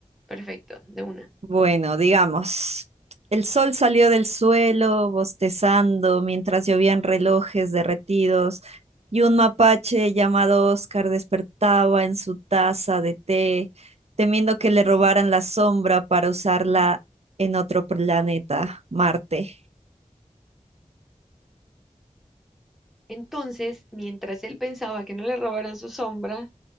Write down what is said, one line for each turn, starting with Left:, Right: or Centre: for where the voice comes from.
Centre: Perfecto, de una.
Right: Bueno, digamos, el sol salió del suelo bostezando mientras llovían relojes derretidos y un mapache llamado Oscar despertaba en su taza de té, temiendo que le robaran la sombra para usarla en otro planeta, Marte.
Centre: Entonces, mientras él pensaba que no le robaran su sombra,